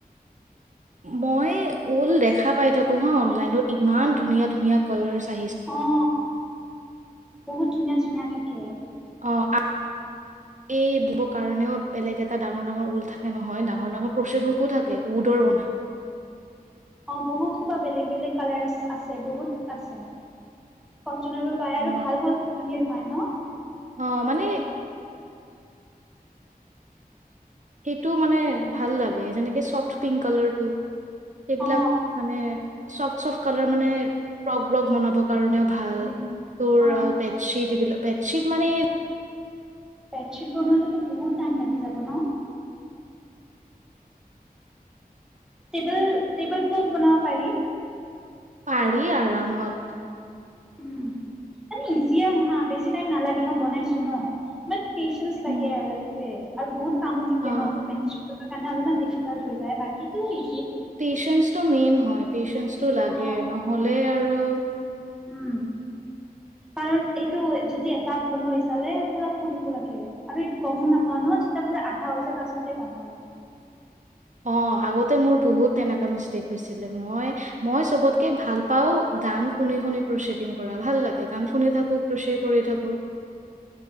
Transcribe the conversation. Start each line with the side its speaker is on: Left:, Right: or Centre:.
Right: মই ঊল দেখা পাই থাকো হা অনলাইনত ইমান ধুনীয়া ধুনীয়া কালাৰছ চি
Centre: অ বহুত ধুনীয়া ধুনীয়া থাকে
Right: অ', এই কাৰণেও বেলেগ এটা ডাঙৰ, ডাঙৰ ঊল থাকে নহয়, ডাঙৰ ডাঙৰ কচেট হোকো থাকে উদৰ অনা
Centre: অ বহুত সোবা বেলেগ বেলেগ কালাৰছ আছে বহুত আছে কটনৰো পায় আৰু
Right: অ
Centre: ভাল, ভাল কোম্পানীৰ পায় ন?
Right: অ' মানে সেইটো মানে ভাল লাগে যেনেকে চফ্ট পিংক কালাৰটো। সেইবিলাক
Centre: অ
Right: মানে ফ চফট কালাৰ মানে ফ্ৰগ ব বনাব কাৰণেও ভাল
Centre: উম
Right: তোৰ
Centre: অ
Right: বেডশীট বিলাক বেডশিট মানে
Centre: বেডশ্বীট বনোৱাতেতো বহুত টাইম লাগি যাব ন? টেবল, টেবল ক্লথ বনাব পাৰি।
Right: পাৰি আৰামত
Centre: উম, মানে ইজিয়ে হয়, হা বেছি টাইম নালাগে মই বনাইছো ন বাট পেচেঞ্চ লাগে
Right: উম
Centre: আৰু সেইটোয়ে আৰু বহুত কামো থাকে
Right: অ
Centre: ন? ত মেনেজ সেইকানে অলপমান ডিফিকাল হৈ যায়, বাকীটো ই
Right: পেচেন্স টো মেইন হয়, পেচেন্স টো লাগে,
Centre: অ
Right: নহ'লে আৰু
Centre: উম, কাৰণ এইটো যদি এটা ভুল হৈ চালে পুৰা খুলিব লাগে আৰু এইটো গমো নাপাওঁ ন যেতিয়া পুৰা আধা হৈছে তাৰ পাছতহে গম পাওঁ মানে।
Right: অ', আগতে মোৰ বহুত তেনেকা মিষ্টেক হৈছিলে, মই মই চবতকে ভাল পাওঁ, গান শুনি, শুনি প্ৰচিদিং কৰা, ভাল লাগ গান শুনি থাকোঁ প্ৰসিক কৰি থাকোঁ।